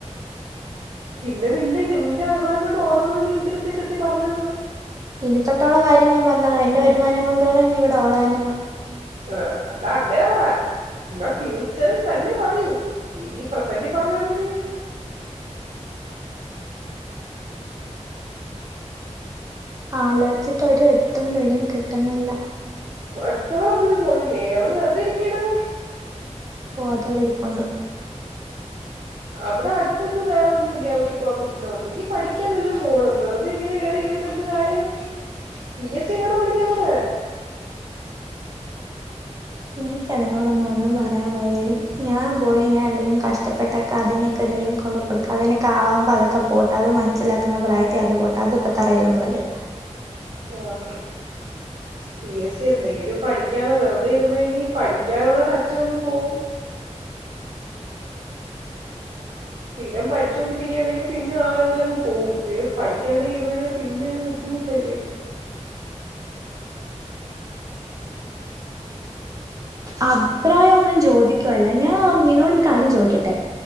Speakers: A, on the right; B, on the right.
A: പിന്നെ നിന്റെ നിന്റെ വരുമാനം കൊണ്ട് ഓടണത് നീ എന്തൊരുദ്ദേശത്തി പറഞ്ഞ്
B: ഇനിത്തൊട്ടുള്ള കാര്യം ഞാൻ പറഞ്ഞതാ എന്റെ വരുമാനം കൊണ്ടോണോ ഇനി ഇവിടെ ഓടാൻന്ന്
A: ആ എന്നാ അങ്ങനെ പറ എന്നാ ഫ്യൂച്ചറിൽ തന്നെ പറയൂ നീ പ്രസന്റ് പറഞ്ഞാ പിന്നെ
B: ആലോചിച്ചിട്ടൊരു എത്തും പിടിയും കിട്ടുന്നില്ല
A: മറ്റവൾ ഒന്നിനും പോണില്ലേ അവള് വെറുതെ ഇരിക്കയാണ്
B: പോവാതോടെ ഇരിപ്പണ്ട്
A: അവിടെ അടുത്തൊന്നും വേറെതൊന്നും ഇല്ല അവക്ക് പോവാൻ പറ്റുന്ന ഒന്നെങ്കി പഠിക്കാൻ വല്ലോ പോണം വെറുതെ എങ്ങനെ കേറി ഇരുന്നിട്ടെന്തു കാര്യം പി എസ് സി എങ്ങാനും പഠിക്കാൻ പറ
B: എനിക്കതിനോടൊന്നും ഒന്നും പറയാൻ വഴിയടി ഞാൻ പോയി ഞാൻ എന്തെങ്കിലും കഷ്ടപ്പെട്ടൊക്കെ അതിനൊക്കെ എന്തെങ്കിലും കൊണ്ട് കൊടുക്കാം അതിനൊക്കെ ആകുമ്പോ അതൊക്കെ പോട്ട് അത് മനസ്സിലാക്കുന്ന പ്രായത്തെഅത് പോട്ട അത്പ്പോ തറയിലൊന്നുമല്ല
A: ആഹാ പി എസ് സി എന്തെങ്കിലും പഠിക്കാതെ വെറുതെ ഇരുന്ന ഇനി പഠിക്കാനുള്ള ടച്ച് അങ്ങു പോകും സ്ഥിരം പഠിച്ചൊണ്ടിരിക്കയാണെങ്കിൽ പിന്നെ ആ ഒരുരിതില അങ് പോവും പി പഠിക്കാണ്ടെങ്കി ഇരുന്നതിനൽ പിന്നെ അങ്ങ് ബുദ്ധിമുട്ടല്ലേ
B: അഭിപ്രായം ഒന്നും ചോദിക്കുവല്ല ഞാൻ നിന്നോടരു കാര്യം ചോദിക്കട്ടെ